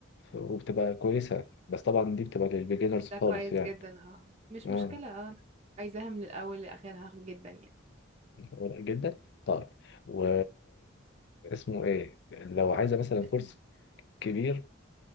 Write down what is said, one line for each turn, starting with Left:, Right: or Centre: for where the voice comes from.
Left: وبتبقى كويسة بس طبعا دي بتبقى للبيجنرز
Right: ده
Left: خالص
Right: كويس
Left: يعني
Right: جدا اه مش
Left: اه
Right: مشكلة اه أنا عايزاها من الاول لاخرها جدا يعني
Left: ورق جدا طيب و اسمه ايه لو عايزة مثلا
Right: اسمع
Left: كورس كبير